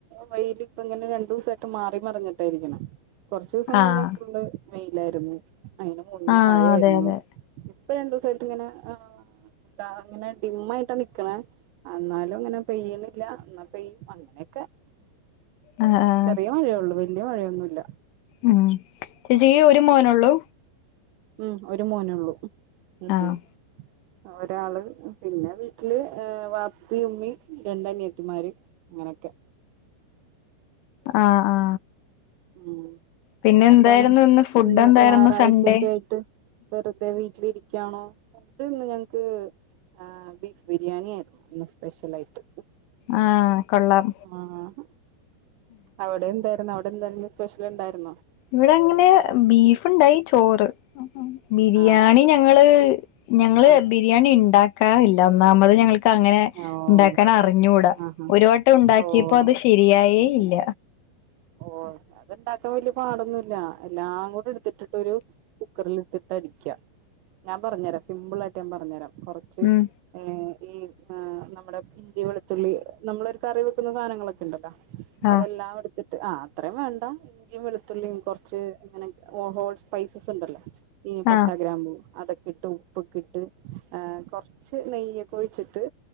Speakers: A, on the right; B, on the left.
A: വെയ്ല് ഇപ്പ ഇങ്ങനെ രണ്ടൂസായിട്ട് മാറി മറിഞ്ഞിട്ടയിരിക്ക്ണെ കൊറ്ച്ചൂസം
B: ആഹ്
A: മുന്നെ ഫുള്ള് വെയിലായിര്ന്ന് അയിന് മുന്നെ
B: ആഹ്
A: മഴയാര്ന്നു
B: അതെ അതെ
A: ഇപ്പ രണ്ടൂസായിട്ട് ഇങ്ങന ഏഹ് താർ ഇങ്ങന ഡിമ്മായിട്ട നിക്ക്ണേ അന്നാലും ഇങ്ങനെ പെയ്യ്ണില്ല ഇന്നാ പെയ്യും അങ്ങനെയൊക്കെ
B: ആഹ് ആഹ്
A: ചെറിയ മഴയൊള്ളു വല്യ മഴയൊന്നു ഇല്ല
B: ഉം ചേച്ചിക്ക് ഒരു മോനൊള്ളു
A: ഉം ഒരു മോനൊള്ളു ഉം
B: ആഹ്
A: ഉം ആഹ് ഒരാള് പിന്നെ വീട്ടില് ഏഹ് വാപ്പി ഉമ്മി രണ്ടനിയത്തിമാര് അങ്ങനൊക്കെ
B: ആഹ് ആഹ്
A: ഉം
B: പിന്നെ
A: പിന്നെന്താണ്
B: എന്തായിരുന്നു ഫുഡ്
A: ഇന്ന്
B: എന്തായിരുന്നു
A: ഞാറാഴ്ച്ച
B: സൺഡേ
A: ഒക്കെ ആയിട്ട് വെറ്തെ വീട്ടിലിരിക്ക്യാണോ ഫുഡ്ഡ് ഇന്ന് ഞങ്ങക്ക് ആഹ് ബീഫ് ബിരിയാണി ആര്ന്നു ഇന്ന് സ്പെഷ്യലായിട്ട്
B: ആഹ് കൊള്ളാം
A: ആഹ് അവ്ടെ എന്താര്ന്നു അവിടെല്ലാം ഇന്ന് സ്പെഷ്യല് ഇണ്ടാര്ന്നൊ
B: ഇവിട അങ്ങനെ ബീഫ് ഇണ്ടായി ചോറ് ബിരിയാണി
A: ആഹ്
B: ഞങ്ങള് ഞങ്ങള്
A: ആഹ്
B: ബിരിയാണി ഇണ്ടാ ക്കാറില്ല ഒന്നാമത് ഞങ്ങൾക്കങ്ങനെ
A: ആഹ് ഓഹ്
B: ഉണ്ടാക്കാൻ അറിഞ്ഞൂടാ
A: ആഹാ
B: ഒരു വട്ടം ഉണ്ടാക്കിയപ്പോ
A: ഓഹ്
B: അത് ശ ശരിയായേ ഇല്ല
A: ഓഹ് അതുണ്ടാക്കാൻ വല്ല്യ പാടൊന്നും ഇല്ല എല്ലാം കൂടെ എടുത്തിട്ട് ട്ടൊരു കുക്കറിൽ ഇട്ടിട്ടടിക്കാ ഞാൻ പറഞ്ഞു തരാ സിമ്പിളായിട്ട് ഞാമ്പറഞ്ഞു തരാം ച്ചെ
B: ഉം
A: ഏഹ് ഈഹ് ആഹ് നമ്മുടെ ഇഞ്ചി വെളുത്തുള്ളി നമ്മളൊരു കറി വെക്കുന്ന സാധനങ്ങളൊക്കെണ്ടല്ലോ അതെല്ലാം
B: ആഹ്
A: എടു ത്ത് ആഹ് അത്രേം വേണ്ട ഇഞ്ചിയും വെളുത്തുള്ളിയും കൊറച്ച് ഇങ്ങനെ ഹോൾസ് സ്പൈസസ് ഉണ്ടല്ലോ ഈ പട്ടാ
B: ആഹ്
A: ഗ്രാമ്പൂ അതൊക്കെ ഇട്ടും പ്പൊക്കിട്ട് ആഹ് കൊർച്ച് നെയ്യൊക്കെ ഒഴിച്ചിട്ട്